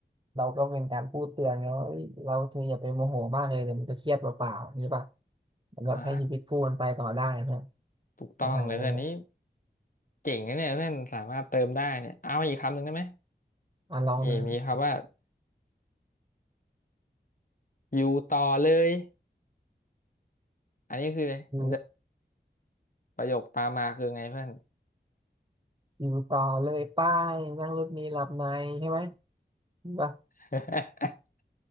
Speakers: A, on the right (about 25°); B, on the left (about 50°).
A: เราก็เป็นการพูดเตือนเขาว่าเอ้ยเราเธออย่าไปโมโหมากเลยเดี๋ยวมันจะเครียดเปล่าๆนี่ป่ะเหมือนแบบให้ชีวิตคู่มันไปต่อได้นะ
B: อ่าถูกต้องเลยเพื่อนนี้
A: ไม่หายอะไรเงี้ย
B: เก่งนะเนี่ยเพื่อนสามารถเติมได้เนี่ยเอาอีกคำหนึ่งได้ไหม
A: อ่ะลองดู
B: มีมีคำว่าอยู่ต่อเลยอันนี้คืออะไรมันจะ
A: อยู่
B: ประโยคตามมาคือไงเพื่อน
A: อยู่ต่อเลยป้ายนั่งรถมีหลับในใช่ไหมนี่ป่ะ
B: <laughs>